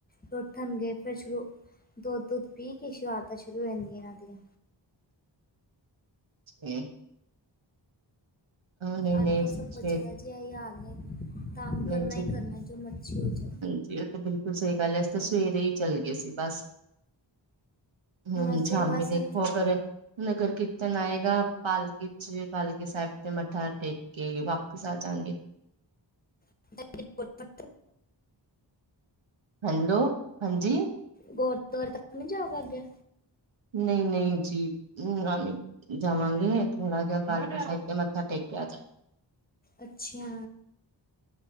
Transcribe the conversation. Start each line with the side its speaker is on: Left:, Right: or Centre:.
Left: ਫੇਰ ਉੱਠਣਗੇ ਫਿਰ ਸ਼ੁਰੂ ਦੁੱਧ ਦੁੱਧ ਪੀ ਕੇ ਸਰਾਰਤਾਂ ਸ਼ੁਰੂ ਹੋ ਜਾਂਦੀਆਂ ਇਹਨਾਂ ਦੀਆਂ
Right: ਹੂੰ ਨਹੀਂ ਨਹੀਂ
Left: ਅੱਜ ਕੱਲ
Right: ਅਸੀਂ
Left: ਸਭ
Right: ਸਵੇਰੇ
Left: ਬੱਚਿਆਂ ਦਾ ਜੀ ਏਹੀ ਹਾਲ ਏ ਤੰਗ
Right: ਨਹੀਂ
Left: ਕਰਨਾ ਹੀ ਕਰਨਾ ਜੋ ਮਰਜੀ ਹੋਜੇ
Right: ਜੀ ਏਹ ਤਾਂ ਬਿਲਕੁਲ ਸਹੀ ਗੱਲ ਐ ਅਸੀਂ ਤਾ ਸਵੇਰੇ ਹੀ ਚੱਲ ਗਏ ਸੀ ਬਸ ਹੁਣ
Left: ਅਸੀਂ
Right: ਸ਼ਾਮੀ
Left: ਬਸ
Right: ਦੇਖੋ ਅਗਰ ਨਗਰ ਕੀਰਤਨ ਆਏਗਾ ਪਾਲਕੀ ਚ ਪਾਲਕੀ ਸਾਹਿਬ ਤੇ ਮੱਥਾ ਟੇਕ ਕੇ ਵਾਪਿਸ ਆ ਜਾਗੇ
Left: <inaudible>
Right: ਹੈਲੋ ਹਾਂਜੀ
Left: ਗੂਰਦੁਆਰੇ ਤੱਕ ਨਹੀਂ ਜਾਊਗਾ ਅੱਗੇ
Right: ਨਈ ਨਈ ਜੀ <unintelligible> ਜਾਵਾਂਗੇ ਥੋੜਾ ਜਿਹਾ ਪਾਲਕੀ ਸਾਹਿਬ ਤੇ ਮੱਥਾ ਟੇਕਿਆ ਜਾਏ
Left: ਅੱਛਿਆ,